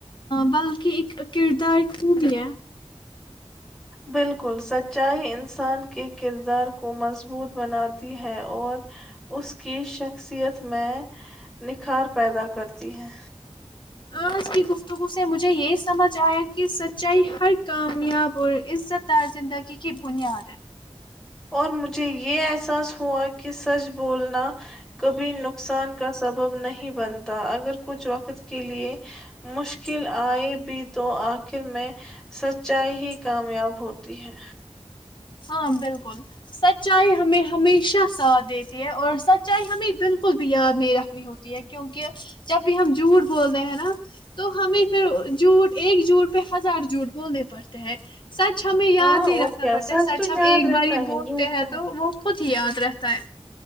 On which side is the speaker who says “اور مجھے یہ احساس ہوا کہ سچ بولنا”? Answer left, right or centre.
Centre